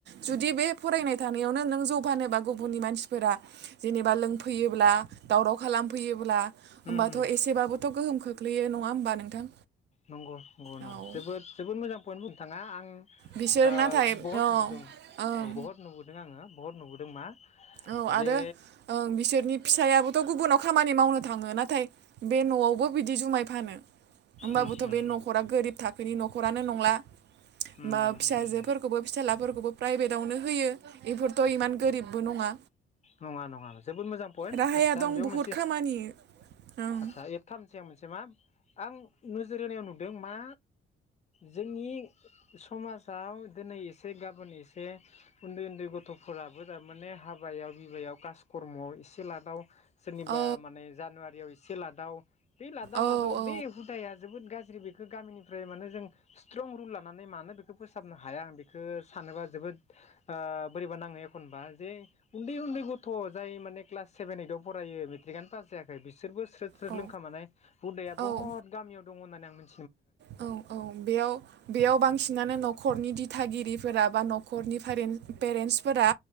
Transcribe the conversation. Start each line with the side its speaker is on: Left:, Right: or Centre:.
Right: जुदि बे फरायनाय थानायावनो नों जौ फानोबा गुबुननि मानसिफोरा जेनेबा लोंफैयोब्ला दावराव खालामफैयोब्ला।
Left: उम
Right: होमबाथ'
Left: उम
Right: एसेबाबोथ' गोहोम खोख्लैयो नङा होमबा नोंथां?
Left: नंग नंग
Right: औ
Left: नं जोबोद जोबोद मोजां पइन्ट बुं थाङा आं
Right: बिसोर
Left: ओ
Right: नाथाय
Left: बहुद
Right: औ
Left: नुदों
Right: ओं
Left: औ बहुत नुबोदों आङो बहुत नुबोदों मा
Right: औ
Left: जे
Right: आरो ओं बिसोरनि फिसायाबोथ' गुबुनाव खामानि मावनो थाङो नाथाय बे न'आवबो बिदि जुमाय फानो। होमबाबोथ'
Left: उम उम
Right: बे न'खरा गोरिब थाखोनि न'खरानो नंला।
Left: उम
Right: बा
Left: उम
Right: फिसाजोफोरखौबो
Left: उम
Right: फिसालाफोरखौबो प्राइभेटावनो होयो। बेफोरथ' इमान गोरिबबो नङा।
Left: नङा-नङा जोबोद मोजां पइन्ट
Right: राहाया
Left: आतसा
Right: दं
Left: आं बेयाव
Right: बुहुद
Left: मोनसे
Right: खामानि ओं
Left: आतसा एफथामसेयाव मोनसे मा आं नोजोर होनायाव नुदों मा जोंनि समाजाव दिनै एसे गाबोन एसे उन्दै-उन्दै ग' फोराबो थारमाने हाबायाव बिबायाव कासकर्म'आव एसे लादाव सोरनिबा
Right: औ
Left: माने जानुवारियाव एसे लादाव बे लादाव-लादाव
Right: औ औ
Left: बे हुदाया जोबोद गा ज्रि बेखौ गामिनिफ्राय माने जों स्ट्रं रुल लानानै मानो बेखौ फोसाबनो हाया आं बेखौ सानोबा जोबो बोद ओ बोरैबा नाङो एखनबा जे उन्दै-उन्दै गथ' जाय माने क्लास सेभेन ओइदआव फरायो मेट्रिकआनो पास जायाखै बिसोरबो स्रोद-स्रोद
Right: औ
Left: लोंख मानाय हुदाया
Right: औ
Left: बहुत गामियाव दङ होननानै आं मो
Right: औ - औ बेयाव बेयाव बांसिनानो न'खरनि दि फ थागिरिफोरा बा न'खरनि पेरेन्टसफोरा